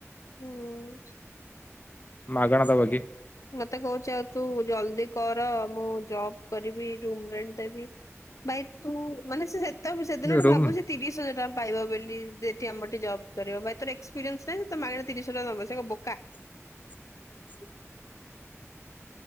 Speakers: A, on the left; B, on the left.
A: ହୁଁ
B: ମାଗଣା ଦବ କି?
A: ମତେ କହୁଚି ଆଉ ତୁ ଜଲଦି କର ମୁଁ ଜବ କରି ବି ରୁମ୍ ରେଣ୍ଟ ଦେବି। ଭାଇ ତୁ ମାନେ ସେତ ସେଦିନ ଠୁ
B: ରୁମ୍
A: ଭାବୁଛି ତିରିଶ ହଜାର ଟଙ୍କା ପାଇବା ବୋଲି ଯେଠି ଆମରେ ଜବ୍ କରିବ। ଭାଇ ତୋର ଏକ୍ସପେରିଏନ୍ସ ନାହିଁ ସେ ମାଗଣେ ତିରିଶି ହଜାର ଟଙ୍କା ଦବ ସେ କଣ ବୋକା।
B: <inaudible>